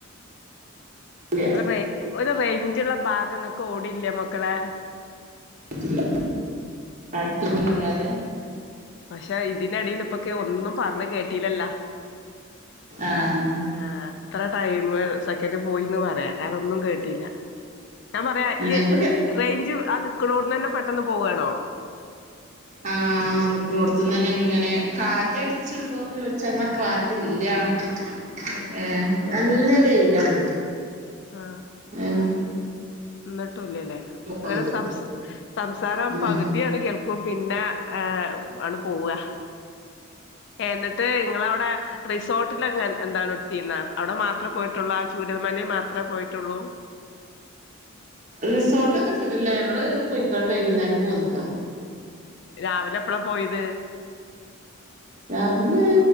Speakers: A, on the right; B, on the left.
A: ഇല്ല
B: ഒര് ഒരു റെയ്ഞ്ച്ള്ള ഭാഗം ഇങ്ങക്ക് ഓവ്ടില്ല മക്കളെ
A: ഇല്ല അട്ത്ത്ക്കൊന്നു അല്ലാതെ
B: പക്ഷെ ഇതിന്റെ എടീലിപ്പൊ ഒക്കെ ഒന്നും പറഞ്ഞെ കേട്ടില്ലല്ല
A: ആഹ്
B: ആഹ് ഇത്ര ടൈമ്. സെക്കൻഡ് പോയിന്ന് പറയാ കാരണൊന്നും കേട്ടില്ല ഞാൻ പറയാ
A: ഇനി
B: ഈ
A: ഇപ്പൊ കെ-
B: റെയ്ഞ്ച് ആ നിക്കുണോട്ത്ത് തന്നേ പെട്ടെന്ന് പോവാണോ?
A: ആഹ് ആഹ് നിക്കുണോട്ത്ത്ന്ന് തന്നെ ഇങ്ങനെ കാറ്റ് അടിച്ചുണ്ടോന്ന് ചോയ്ച്ചാ ഇന്നാ കാറ്റ് ഇല്ല്യാണും
B: ആ
A: ഏഹ് നല്ല വെയ്ലാണ്
B: ആഹ്
A: എഹ്
B: ഇന്നെട്ടു ഇല്ല്യലെ
A: പോണത്
B: ഒരു സം സംസാരം
A: ഉം.
B: പകുതിയാണ് കേൾ ക്കും പിന്നെ ആഹ് ആണ്ട് പോവാ എന്നിട്ട് ഇങ്ങളവ്ടെ റിസോർട്ടിലങ്ങൻ എന്താണ് ഇട്ടീന്നോ? അവ്ടെ മാത്രം പോയിട്ടൊള്ളു ആ ചൂരൽ മലെ മാത്രേ പോയിട്ടൊള്ളൂ
A: റിസോർട്ടൊന്നും ഇട്ത്തിട്ടില്ല ഞങ്ങള് പോയ്ക്കാണ്ട് വൈകുന്നേരം പോന്ന്ക്ക
B: രാവിലെ എപ്പെള പോയിത്?
A: രാവിലെ